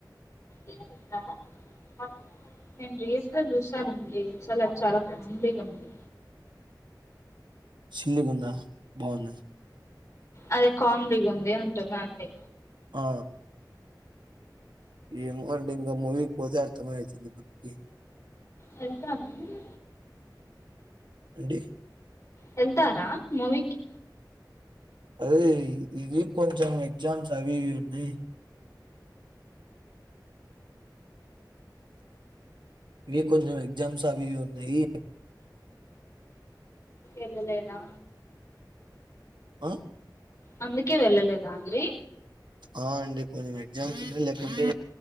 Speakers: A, on the left; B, on the right.
A: ఎస విసా నేను రీల్స్ లో చూశానండి చాల చాలా పండిగావుంది
B: సిల్లిగుంద బాగున్నా
A: అదే కామిలీగ ఉంది అంటున్న అంటే
B: ఆ ఇంగ్ మండింగా మువి పోతే అర్థమతుందంది మనకి
A: వెళ్తారా అండి మీరు
B: అండి
A: వెళ్తారా మూవీ కి
B: అదే ఇవి కొంచెం ఎగ్జామ్స్ అవివి ఉన్నాయ్ ఇవి కొంచం జమ్స్ అవి ఇవి ఉన్నాయి
A: ఎల్ల లేదా
B: ఆ
A: అందుకే వెళ్ళలేదా అందీ
B: ఆ అండి కొంచెం ఎగ్జామ్స్ ఉన్నాయి లేకుంటే